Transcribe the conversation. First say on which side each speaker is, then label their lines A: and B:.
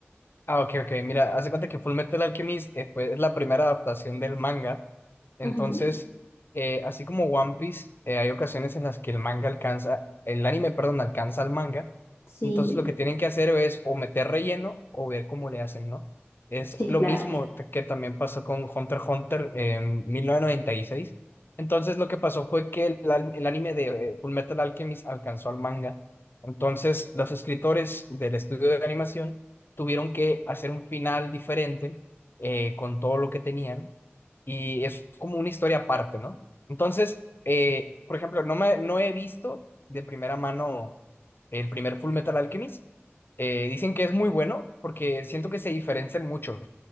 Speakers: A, on the left (about 55°); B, on the left (about 75°).
A: Ah, ok, ok. Mira, hace cuenta que Full Metal Alchemist eh, fue- es la primera adaptación del manga. Entonces,
B: Ujú,
A: eh, así como One Piece, eh, hay ocasiones en las que el manga alcanza, el anime, perdón, alcanza al manga.
B: Sí,
A: Entonces, lo que tienen que hacer es o meter relleno o ver cómo le hacen, ¿no? Es
B: sí,
A: lo
B: claro.
A: mismo t- que también pasó con Hunter x Hunter en 1996. Entonces, lo que pasó fue que el, al- el anime de eh, Full Metal Alchemist alcanzó al manga. Entonces, los escritores del estudio de animación tuvieron que hacer un final diferente eh, con todo lo que tenían y es como una historia aparte, ¿no? Entonces, eh, por ejemplo, no me, no he visto de primera mano el primer Full Metal Alchemist. Eh, dicen que es muy bueno porque siento que se diferencian mucho,